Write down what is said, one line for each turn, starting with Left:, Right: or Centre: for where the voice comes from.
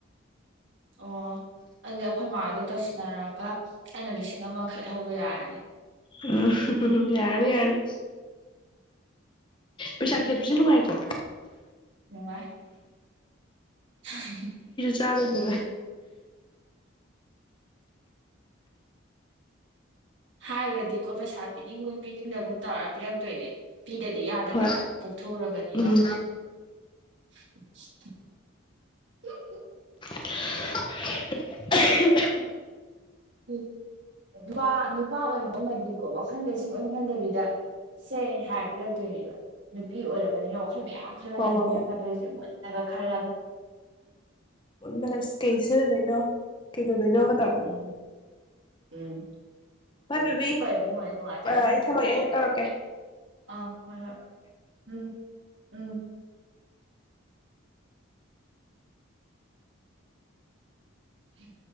Right: ꯑꯣ ꯑꯗꯨꯗꯤ ꯑꯩꯈꯣꯏ ꯃꯥꯗꯣ ꯇꯧꯁꯤꯟꯅꯔꯛꯑꯒ ꯑꯩꯅ ꯂꯤꯁꯤꯡ ꯑꯃꯈꯠꯍꯧꯕ ꯌꯥꯔꯅꯤ
Left: ꯎ ꯌꯥꯅꯤ ꯌꯥꯅꯤ ꯄꯩꯁꯥ ꯈꯠꯄꯁꯨ ꯅꯨꯡꯉꯥꯏꯀꯣ
Right: ꯎꯃ <unintelligible>
Left: ꯆꯂꯗ
Right: ꯍꯥꯏꯈ꯭ꯔꯗꯤꯀꯣ ꯄꯩꯁꯥ ꯄꯤꯅꯤꯡꯒꯨꯝ ꯄꯤꯅꯤꯡꯗꯒꯨꯝ ꯇꯧꯔ ꯄꯤꯔꯛꯇꯣꯏꯅꯦ ꯅꯨ ꯄꯄꯤꯗꯗꯤ ꯌꯥꯗꯕ
Left: ꯍꯣꯏ
Right: ꯄꯣꯛꯊꯣꯛꯎꯔꯕꯅꯤꯅ
Left: ꯎꯝ
Right: <unintelligible>
Left: <unintelligible>
Right: ꯎ ꯅꯨꯄꯥ ꯅꯨꯄꯥ ꯑꯣꯏꯔꯛꯄ ꯑꯃꯗꯤꯀꯣ ꯋꯥꯈꯜꯗ ꯁꯨꯡ ꯑꯣꯏꯟ ꯈꯟꯗꯕꯤꯗ ꯁꯦ ꯍꯥꯏꯔꯄꯤꯔꯛꯇꯣꯏꯅꯦꯕ ꯅꯨꯄꯤ ꯑꯣꯏꯔꯕꯅꯤꯅꯈ ꯁ ꯃꯌꯥꯝ ꯁꯤꯜꯂꯒꯅꯦ
Left: ꯍꯣꯏ ꯍꯣꯏ
Right: ꯄꯤꯔꯛꯀꯗꯣꯏꯁꯦ ꯃꯣꯏ ꯈꯔꯂꯒ
Left: ꯑꯣ ꯁꯇꯦꯁꯟ ꯏ ꯂꯩꯩꯅꯣ ꯀꯩꯗꯅꯣ ꯇꯥꯕ
Right: ꯎꯝ ꯎꯝ
Left: ꯍꯣꯏ ꯕꯦꯕꯤ
Right: ꯍꯣꯏ ꯏꯕꯨꯡꯉꯣ ꯅꯨꯡꯉꯥꯏꯖꯔꯝꯅꯤ
Left: ꯑꯩ ꯊꯃꯒꯦ ꯑꯩ ꯇꯧ ꯑꯦ
Right: ꯑꯥ ꯍꯣꯏ ꯍꯣꯏ ꯎꯝ ꯎꯝ ꯎꯝ